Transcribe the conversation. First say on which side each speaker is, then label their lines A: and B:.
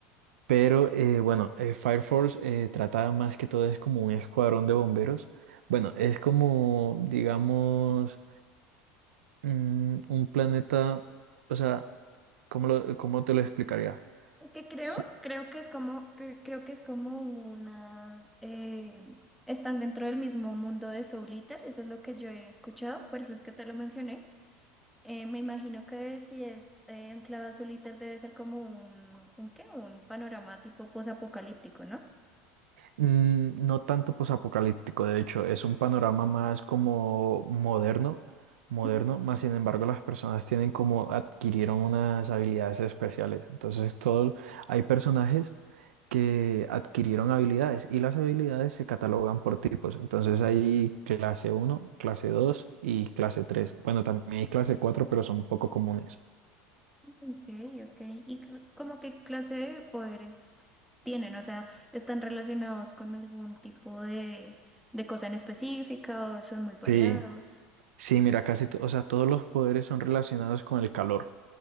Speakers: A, on the right (about 75°); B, in the centre.
A: Pero eh, bueno, eh, Fire Force eh, trata más que todo, es como un escuadrón de bomberos. Bueno, es como, digamos Mm, un planeta, o sea, ¿cómo lo- cómo te lo explicaría?
B: Es que creo,
A: S-
B: creo que es como, cre- creo que es como una, eh, están dentro del mismo mundo de Soul Eater, eso es lo que yo he escuchado, por eso es que te lo mencioné. Eh, me imagino que si es eh, anclado a Soul Eater debe ser como un, un qué, un panorama tipo posapocalíptico, ¿no?
A: mm, no tanto posapocalíptico, de hecho, es un panorama más como moderno, moderno,
B: Ujú.
A: más sin embargo las personas tienen como adquirieron unas habilidades especiales. Entonces, todo, hay personajes que adquirieron habilidades y las habilidades se catalogan por tipos. Entonces, hay clase uno, clase 2 y clase tres, Bueno, también hay clase 4 pero son poco comunes.
B: Ok, ok. ¿Y c- como qué clase de poderes tienen? O sea, ¿están relacionados con algún tipo de, de cosa en específica o son muy variados?
A: Sí, Sí, mira, casi, to- o sea, todos los poderes son relacionados con el calor.